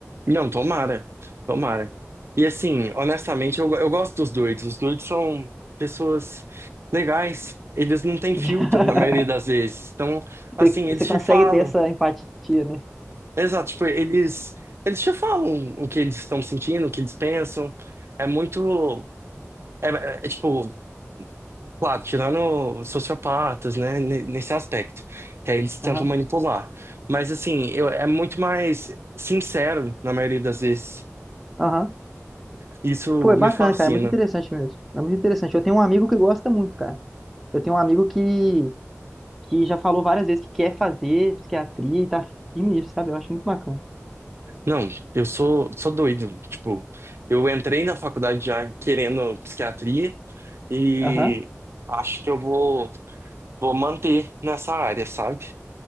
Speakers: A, on the right; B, in the centre.
A: Não, tomara, tomara. E assim, honestamente, eu, eu gosto dos doidos. Os doidos são pessoas legais, eles não têm filtro
B: <laughs>
A: na maioria das vezes. Então, assim,
B: Você,
A: eles
B: você consegue
A: te falam.
B: ter essa empatia, né?
A: Exato, tipo, eles, eles já falam o que eles estão sentindo, o que eles pensam. É muito. É, é- é, tipo, claro, tirando sociopatas, né, ne- nesse aspecto, que aí eles tentam
B: Aham.
A: manipular. Mas, assim, eu, é muito mais sincero, na maioria das vezes.
B: Aham.
A: Isso
B: Foi
A: me
B: bacana,
A: fascina.
B: cara. é Muito interessante mesmo. É muito interessante. Eu tenho um amigo que gosta muito, cara. Eu tenho um amigo que, que já falou várias vezes que quer fazer psiquiatria e tá firme nisso, sabe? Eu acho muito bacana.
A: Não, eu sou, sou doido. Tipo, eu entrei na faculdade já querendo psiquiatria e
B: Aham,
A: acho que eu vou, vou manter nessa área, sabe?